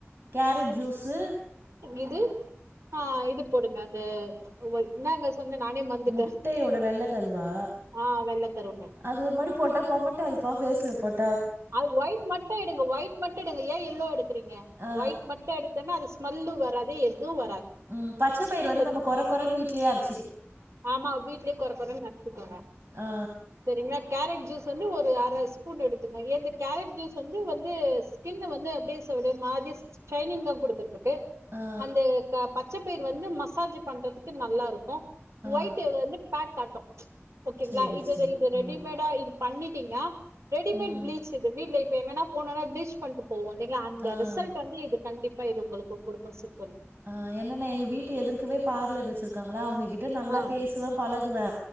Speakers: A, on the right (about 55°); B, on the right (about 85°).
A: கேரட் ஜூஸ்சு
B: இது ஆஹ் இது போடுங்க அந்த என்னங்க சொன்ன நானே மறந்துட்டே
A: முட்டையோட வெள்ள கருவா
B: ஆ வெள்ள கருங்க
A: அது ஒரு மாரி போட்டா கொமட் அது பா பேஸ்ல போட்டு
B: அது ஒயிட் மட்டு எடுங்க ஒயிட் மட்டு எடுங்க ஏன் எல்லோ எடுக்றீங்க
A: ஆ.
B: ஒயிட் மட்டு எடுத்தன்னா அது ஸ்மெல்லு வராது எதுவு வராது
A: உம் பச்ச பயிறு வந்து
B: சரி
A: நம்ம கொற கொறன்னு வீட்லேயே அரைச்
B: ஆமா வீட்லயே கொற கொறன்னு அரச்சுகோங்க
A: ஆ.
B: சரிங்களா கேரட் ஜூஸ் வந்து ஒரு ஸ்பூன் எடுத்துக்க எது கேரட் ஜூஸ் வந்துந்து ஸ்கின்ன வந்து ஒரு மாஜிஸ் சைனீங்கா கொடுத்துருக்கும் ஒகே
A: ஆ.
B: அந்த கப் பச்சைப்பயிர் வந்து மசாஜ் பண்றதுக்கு நல்லா இருக்கும்
A: ஆ.
B: ஒயிட் எக் வந்து பேக் காட்டு ஓகேங்களா
A: சரி,
B: இது
A: சரி.
B: இது ரெடிமேடா
A: ம்.
B: இது பண்ணி இருக்கிங்களா ரெடிமேட்
A: ம்.
B: ப்ளீச் இது வீட்ல எங்கன்னா போனோனா ப்ளிச் பண்ட் போ போவோ இல்லிங்களா அந்த
A: ஆ.
B: ரிசல்ட் வந்து இது கண்டிப்ப பா உங்களுக்கு குடுக்கும் சுத்தம்
A: ஆ என்னனா எங்க வீட்டு எதிர்க்கவே பார்லர் வெச்சிருக்காங்களா அவுங்க கிட்டு நல்லா
B: ஆ
A: பேசுவே பலகுவே